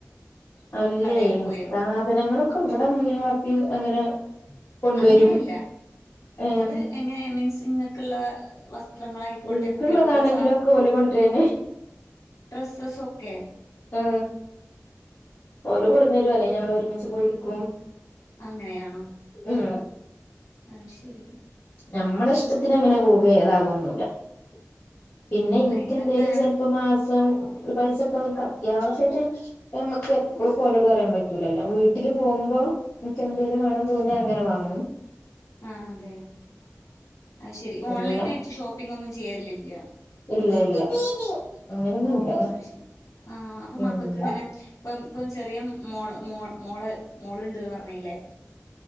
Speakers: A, on the left; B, on the left.
A: അല്ലേയോ
B: കടയിൽ പോയോ
A: സാധനങ്ങ ഇവിടെ ഉമ്മിയും വാപ്പിയും അങ്ങനെ കൊണ്ടുവരും
B: അങ്ങനെയല്ല
A: ഏഹ്
B: അത് എങ്ങനെ മീൻസ്ങ് പിളെ വസ്ത്രങ്ങളായിക്കോട്ടെ
A: ഇനിക്കുള്ളതാണെങ്കിലൊക്കെ
B: കുട്ടികൾക്കുള്ള സാധ
A: ഓല് കൊണ്ടരന്നെ
B: ഡ്രസ്സസ് ഒക്കെ
A: ആ ഓല്
B: ഓ
A: കൊണ്ടുവന്നുതരുവ അല്ലേ ഞങ്ങള് ഒരുമ മിച്ച് പോയിടുക്കും
B: അങ്ങനെയണോ
A: ആ
B: അത് ശരി
A: നമ്മുടെ ഇഷ്ടത്തിന് അങ്ങനെ പോവുകുകയില്ല <unintelligible> പിന്നെ എനക്ക്െന്തേലും
B: ഇങ്ങക്ക് അങ്ങനെ
A: ചിലപ്പോ മാസം പൈസ ഇട്ട യാസട്ട് നമ്മുക്ക് എപ്പോഴും പോലോട് പറയാൻ പറ്റും ലല്ല വീട്ടില് പോകുമ്പോ മിക്ക എന്തേര് വേണം തോന്നി അങ്ങനെ വാ ആഹ
B: ആ അതെ ആ ശരി
A: അല്ല
B: ഓൺലൈൻ ആയിട്ട് ഷോപ്പിംഗ ഒന്നും ചെയ്യറില്ലല്ലോ
A: ഇല്ല ഇല്ല അങ്ങനൊന്നുല്ല
B: ഓ ശരി ആ അപ്പൊ
A: ഉം
B: മക്കൾക്ക് ഇങ്ങനെ ഇപ്പ ഇപ്പ ചെറിയ മോോ മോള് മോളുണ്ട്ന്ന് പറഞ്ഞല്ലേ